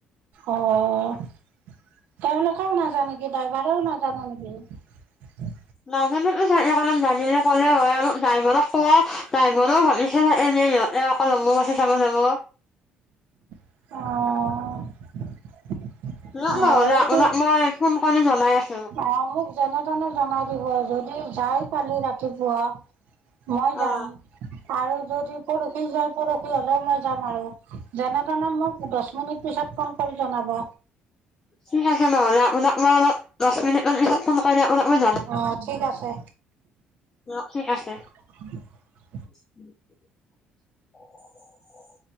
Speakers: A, on the right; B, on the left.
A: অ অ তেওঁলোকেও নাযায় নেকি ড্ৰাইভাৰেও নাজানে নেকি
B: নাজানো চাগে কাৰণে জানিলে ক'লে হয় আৰু ড্ৰাইভাৰক কওঁ ড্ৰাইভাৰেও ভাবিছে এনেই এ অকল অম্বুবাচী চাব যাব
A: অ
B: ন
A: অ',
B: ন
A: এইটো
B: আপোনাক মই ফোন কৰি জনাই আছো।
A: অ মোক যেনে তেনে জনাই দিব যদি যাই কালি ৰাতিপুৱা মই যাম
B: অ
A: আৰু যদি পৰহি যাই পৰহি হ'লেও মই যাম আৰু যেনে তেনে মোক দহ মিনিট পিছত ফোন কৰি জনাব
B: ঠিক আছে নহলে আপোনাক মই অলপ দহ মিনিট মান পিছত ফোন কৰিম আপোনাক মই
A: অ ঠিক আছে
B: অ ঠিক আছে
A: <inaudible>
B: <unintelligible> <inaudible>